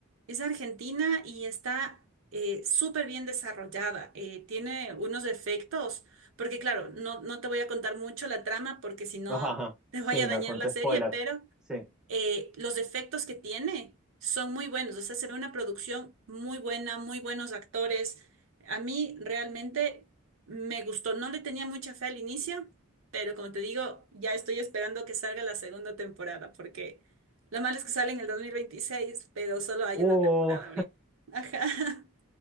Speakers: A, on the right (about 75°); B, in the centre.
A: Es argentina y está eh, súper bien desarrollada. eh, tiene unos efectos, porque claro, no, no te voy a contar mucho la trama porque si no
B: Ajá, ajá.
A: te voy
B: Sí,
A: a dañar
B: no, conté
A: la serie,
B: spoiler.
A: pero
B: Sí.
A: eh, los efectos que tiene son muy buenos. O sea, se ve una producción muy buena, muy buenos actores. A mí realmente me gustó. No le tenía mucha fe al inicio, pero como te digo, ya estoy esperando que salga la segunda temporada, porque lo malo es que sale en el 2026, pero solo hay
B: Uh,
A: una temporada ahorita. <laughs> Ajá.